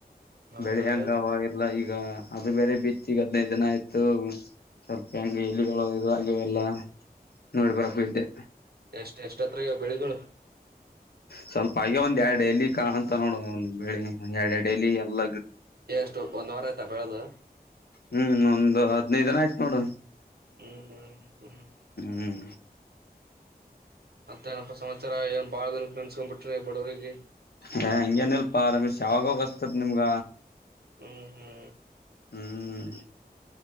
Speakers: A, on the right; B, on the left.
A: ಹ
B: ಬೆಳೆಯಂಗಾವ ಇಲ್ಲಾ ಈಗ ಅದು ಬೇರೆ ಬಿತ್ತಿಗೆ ಹದಿನೈದು ದಿನ ಆಯತು ಸರ್ಪ ಹಂಗೆ ಇಲಿಗಳು ಇದು ಆಗವೆಲ್ಲ ನೋಡಿ ಬರಾಕ ಹೋಗಿದೆ
A: ಎಷ್ಟ್ ಎಷ್ಟ ಎತ್ರ ಆಗ್ಯಾವ ಬೆಳಿಗಳು
B: ಸ್ವಲ್ಪ ಹಾಗೆ ಒಂದ್ ಎರಡ್ ಡೈಲಿ ಕಾಣಂತ ನೋಡ ಬೆಳಿ ಎರಡ್ ಎಡು ಡೈಲಿ ಎಲ್ಲ
A: ಎಷ್ಟು ಒಂದ್ ವಾರ ಆಯ್ತಾ ಬೆಳೆದು.
B: ಹ್ಮ್ ಒಂದು ಹದನೈದು ದಿನ ಆಯ್ತ ನೋಡ
A: ಹ್ಮ್ ಹ್ಮ್ ಹ್ಮ್
B: ಹ್ಮ್
A: ಮತ್ತೆ ಏನಪ್ಪಾ ಸಮಾಚಾರ ಏನ್ ಬಾಳ ದಿನಕ್ಕೆ ನೆನ್ಸ್ಕೊಂಡ್ ಬಿಟ್ರಿ ಬಡವರಿಗೆ
B: ಹ ಹಂಗೇನಲ್ಪ ಆ ರಮೇಶ್ ಅವಾಗ ಅವಾಗ್ ಹಚ್ಚತೇತಿ ನಿಮ್ಗ
A: ಹ್ಮ್ ಹ್ಮ್
B: ಹ್ಮ್